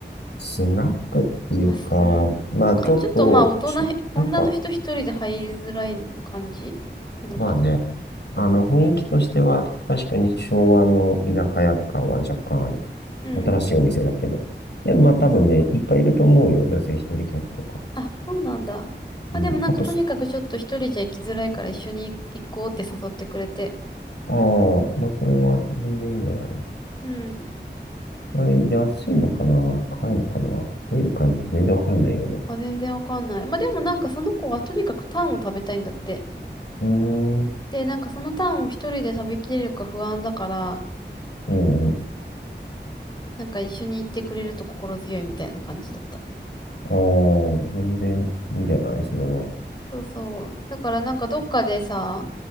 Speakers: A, on the left; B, on the left.
A: スナックっていうか、
B: まあ、すうん、
A: まあちょっと、
B: なんかちょっとまあ大人へ、
A: しなんか、
B: 女の人一人で入りづらい感じなのかな
A: まあね、あの、雰囲気としては、確かに昭和の居酒屋感は若干ある。
B: うん。
A: 新しいお店だけど。で、まあ多分ね、
B: そうそう。
A: いっぱいいると思うよ。女性一人客とか。
B: あ、そうなんだ。まあでもなんかとにかくちょっと一人じゃ行きづらいから一緒に行こうって誘ってくれて。
A: うん。あとす、ああ、まあそれは全然いいんじゃない
B: うん。
A: はい、安いのかな高いのかなどういう感じか全然わかんないよね。
B: あ、全然わかんない。まあ、でもなんかその子はとにかくタンを食べたいんだって。
A: うーん。う
B: で、なんかそのタンを一人で食べきれるか不安だから、
A: んうん。
B: なんか一緒に行ってくれると心強いみたいな感じだった。
A: ああ、全然いいんじゃないそれは。
B: そうそう。だからなんかどっかでさ、